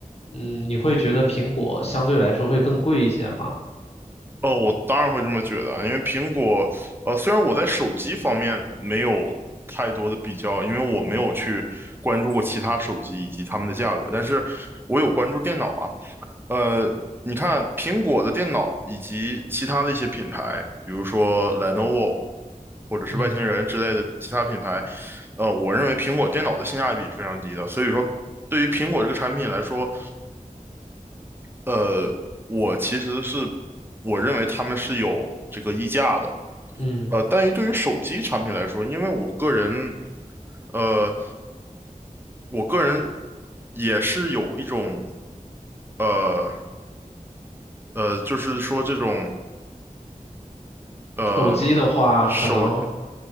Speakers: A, on the left; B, on the right.
A: 嗯，你会觉得苹果相对来说会更贵一些吗？
B: 呃，我当然会这么觉得啊，因为苹果，呃，虽然我在手机方面没有太多的比较，因为我没有去关注过其他手机以及它们的价格，但是我有关注电脑啊。呃，你看苹果的电脑以及其他的一些品牌，比如说 Lenovo 或者是外星人之类的其他品牌，
A: 嗯
B: 呃，我认为苹果电脑的性价比是非常低的，所以说对于苹果这个产品来说，呃，我其实是我认为他们是有这个溢价的，
A: 嗯。
B: 呃，但于对于手机产品来说，因为我个人，呃，我个人也是有一种，呃呃，就是说这种呃
A: 手机的话，
B: 手，
A: 可能，